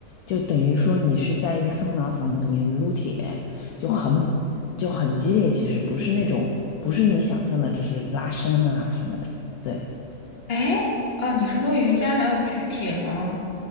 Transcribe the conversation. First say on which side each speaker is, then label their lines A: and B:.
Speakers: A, on the left; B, on the left.
A: 就等于说你是在一个桑拿房里面撸铁，就很就很激烈，其实不是那种不是你想象的，只是拉伸啊什么的，对
B: 诶，哦，你是说瑜伽还有举铁吗？